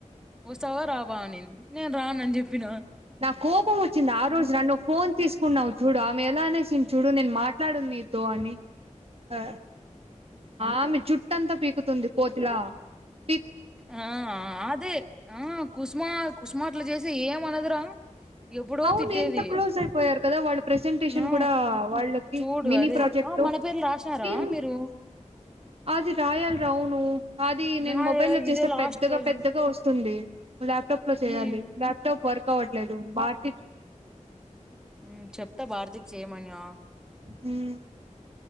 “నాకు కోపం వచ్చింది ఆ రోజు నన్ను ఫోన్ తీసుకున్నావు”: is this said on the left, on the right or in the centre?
Right